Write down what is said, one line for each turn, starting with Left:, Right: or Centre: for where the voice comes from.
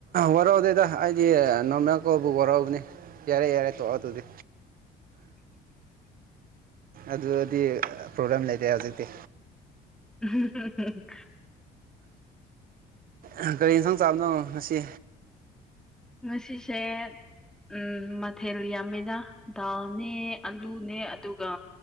Right: ꯋꯥꯔꯥꯎꯗꯦꯗ ꯑꯩꯗꯤ ꯅꯣꯔꯃꯦ ꯀꯧꯕꯕꯨ ꯋꯥꯔꯥꯎꯅꯤ ꯌꯥꯔꯦ ꯌꯥꯔꯦ ꯇ ꯑ ꯇꯨꯗꯤ ꯑꯗꯨꯗꯤ ꯄ꯭ꯔꯣꯕ꯭ꯂꯦꯝ ꯂꯩꯇꯦ ꯍꯧꯖꯤꯛꯇꯤ
Centre: ꯎꯝ
Right: ꯀꯒꯥꯔꯤ ꯏꯟꯁꯥꯡ ꯆꯥꯕꯅꯣꯅꯣ ꯉꯁꯤ
Centre: ꯉꯁꯤꯁꯦ ꯎꯝ ꯃꯊꯦꯜ ꯌꯥꯝꯃꯤꯅ ꯗꯥꯜꯅꯦ ꯑꯂꯨꯅꯦ ꯑꯗꯨꯒ